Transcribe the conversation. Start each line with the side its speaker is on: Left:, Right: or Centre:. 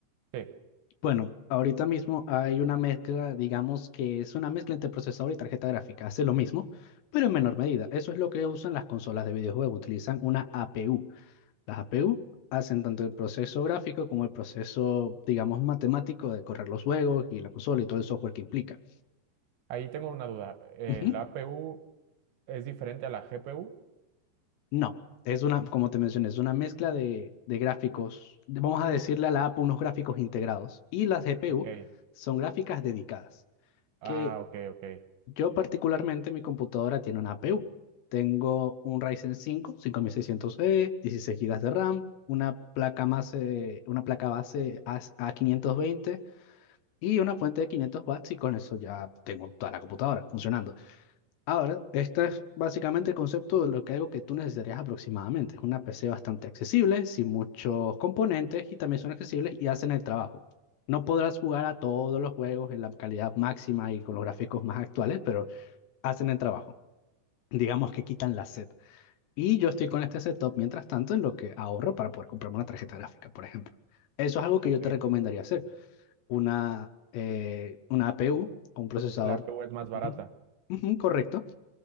Right: Sí,
Left: Bueno, ahorita mismo hay una mezcla, digamos que es una mezcla entre procesador y tarjeta gráfica. Hace lo mismo, pero en menor medida. Eso es lo que usan las consolas de videojuegos. Utilizan una APU. Las APU hacen tanto el proceso gráfico como el proceso, digamos, matemático de correr los juegos y la consola y todo el software que implica.
Right: ahí tengo una duda. Eh,
Left: Ujú.
Right: ¿La APU es diferente a la GPU?
Left: No, es una, como te mencioné, es una mezcla de, de gráficos. de- Vamos a decirle a la APU unos gráficos integrados. Y las GPU
Right: Ok,
Left: son gráficas dedicadas.
Right: ah,
Left: Que
Right: ok, ok,
Left: yo particularmente, mi computadora tiene una APU. Tengo un Ryzen cinco, cinco mil seiscientos e 16 gigas de RAM, una placa más, eh, una placa base A- A520 y una fuente de 500 watts y con eso ya tengo toda la computadora funcionando. Ahora, este es básicamente el concepto de lo que algo que tú necesitarías aproximadamente. Es una PC bastante accesible, sin muchos componentes y también son accesibles y hacen el trabajo. No podrás jugar a todos los juegos en la calidad máxima y con los gráficos más actuales, pero hacen el trabajo. Digamos que quitan la sed. Y yo estoy con este setup mientras tanto en lo que ahorro para poder comprarme una tarjeta gráfica, por ejemplo. Eso es algo
Right: ok.
Left: que yo te recomendaría hacer. Una, eh, una APU o un procesador.
Right: La APU es más barata.
Left: Ujú, ujú, correcto